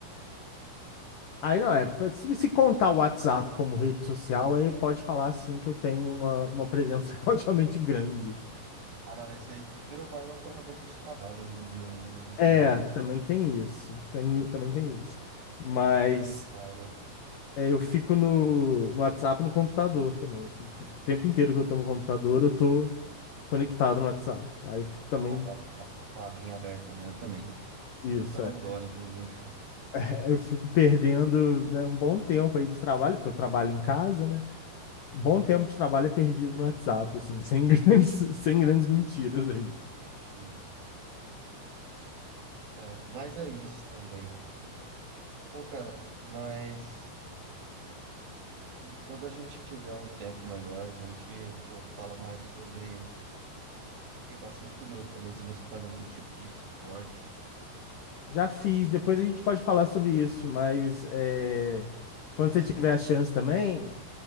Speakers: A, on the left (about 70°); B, on the right (about 55°).
A: Aí não é, pra- se você contar o WhatsApp como rede social, aí pode falar assim que eu tenho uma, uma presença <laughs> relativamente grande.
B: <laughs> Ah, não, esse aí virou mais uma ferramenta de trabalho hoje em dia, né?
A: É,
B: Que
A: também tem isso. Tem, também tem isso. Mas
B: tá meio complicado.
A: é, eu fico no, no WhatsApp e no computador também. assim, t- o tempo inteiro que eu tô no computador, eu tô conectado no WhatsApp. Aí eu fico também.
B: Com a aba, com a, com a abinha aberta, né? Eu também.
A: Isso,
B: Tô com ela
A: é.
B: agora, inclusive.
A: É, Eu fico perdendo, né, um bom tempo aí de trabalho, porque eu trabalho em casa, né? Um bom tempo de trabalho é perdido no WhatsApp, assim, sem <laughs> grandes, sem grandes mentiras aí.
B: Entendi. É, mas é isso também. Pô, cara, mas e quando a gente tiver um tempo melhor, a gente, pô, fala mais sobre. Eu fiquei bastante curioso também se você faz algum tipo de esporte.
A: Já fiz, depois a gente pode falar sobre isso, mas é, quando você tiver a chance também,